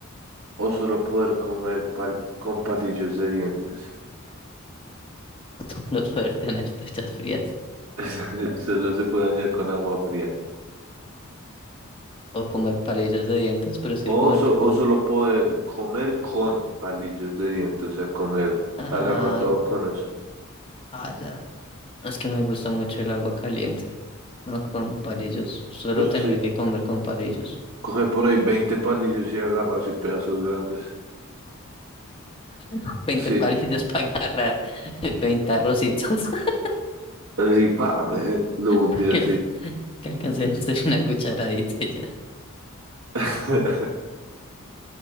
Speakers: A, on the right; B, on the left.
A: o solo poder comer pal- con palillos de dientes?
B: <laughs> No poder tener duchas frías
A: <laughs> Solo se puede dañar con agua fría.
B: o comer palillos de dientes, pero es
A: O,
B: que comer
A: so-
B: palillos.
A: o solo poder comer con palillos de dientes, o sea, comer,
B: Ah,
A: agarrar todo con eso.
B: ah, ya. Es que me gusta mucho el agua caliente, no con palillos. Solo
A: Pues
B: tener
A: sí,
B: que comer con palillos.
A: coge por ahí 20 palillos y agarras y pedazos grandes.
B: <laughs> Veinte
A: Sí,
B: palillos para agarrar <laughs> 20 arrocitos <laughs>
A: así, pa, me lo hundí
B: para
A: así.
B: que, al- que alcancen a hacer una cucharadita y ya.
A: <laughs>